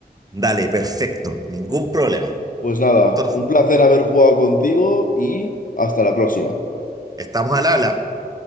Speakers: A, on the right; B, on the left.
A: dale, perfecto, ningún problema.
B: Pues nada,
A: Entonces,
B: un placer haber jugado contigo y hasta la próxima.
A: estamos al habla.